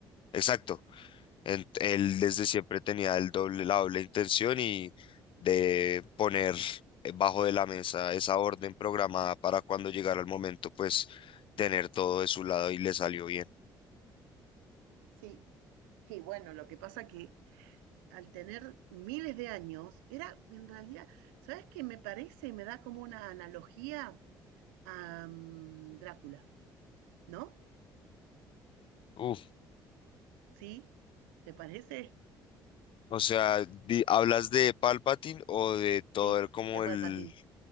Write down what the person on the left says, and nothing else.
exacto. Ent- él desde siempre tenía el doble, la doble intención y de poner eh, bajo de la mesa esa orden programada para cuando llegara el momento, pues tener todo de su lado y le salió bien.
Uf,
o sea, di- ¿hablas de Palpatine o de todo
el como
el...